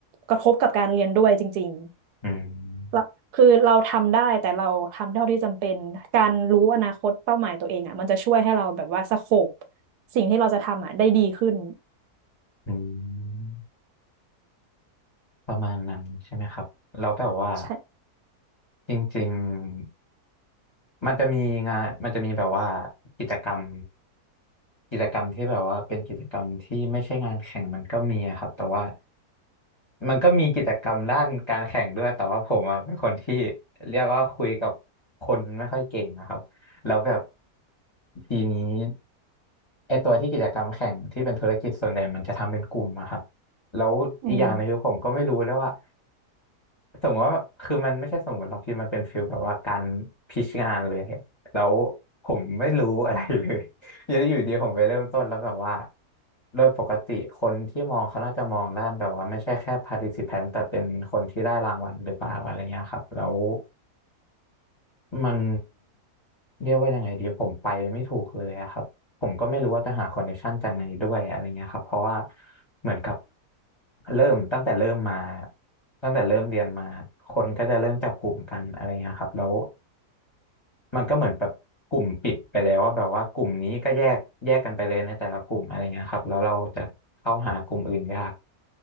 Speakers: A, on the right (about 80°); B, on the left (about 20°).
A: กระทบกับการเรียนด้วยจริงๆ
B: อืม
A: เราคือเราทำได้แต่เราทำเท่าที่จำเป็นการรู้อนาคตเป้าหมายตัวเองอ่ะมันจะช่วยให้เราแบบว่าสโคปสิ่งที่เราจะทำอ่ะได้ดีขึ้น
B: อืมประมาณนั้นใช่ไหมครับแล้วแบบว่า
A: ใช่
B: จริงๆ มันจะมีงานมันจะมีแบบว่ากิจกรรมกิจกรรมที่แบบว่าเป็นกิจกรรมที่ไม่ใช่งานแข่งมันก็มีอะครับแต่ว่ามันก็มีกิจกรรมด้านการแข่งด้วยแต่ว่าผมอะเป็นคนที่เรียกว่าคุยกับคนไม่ค่อยเก่งนะครับแล้วแบบทีนี้ไอตัวที่กิจกรรมแข่งที่เป็นธุรกิจส่วนใหญ่มันจะทำเป็นกลุ่มอะครับ แล้วอีกอย่างหนึงคือผมก็ไม่รู้แล้วว่า
A: อืม
B: สมมติว่าคือมันไม่ใช่สมมติหรอกพี่มันเป็นฟิลแบบว่าการพิชงานเลย <laughs> แล้วผมไม่รู้อะไรเลยอยู่อยู่ดีผมไปเริ่มต้นแล้วแบบว่าโดยปกติคนที่มองเขาน่าจะมองด้านแบบว่าไม่ใช่แค่ participant แต่เป็นคนที่ได้รางวัลหรือเปล่าอะไรเงี้ยครับแล้ว มันเรียกว่ายังไงดีผมไปไม่ถูกเลยอะครับผมก็ไม่รู้ว่าจะหาคอนเนคชันจากไหนด้วยอะไรเงี้ยครับเพราะว่าเหมือนกับเริ่มตั้งแต่เริ่มมาตั้งแต่เริ่มเรียนมาคนก็จะเริ่มจับกลุ่มกันอะไรเงี้ยครับแล้ว มันก็เหมือนแบบกลุ่มปิดไปแล้วว่าแบบว่ากลุ่มนี้ก็แยกแยกกันไปเลยในแต่ละกลุ่มอะไรเงี้ยครับแล้วเราจะเข้าหากลุ่มอื่นยาก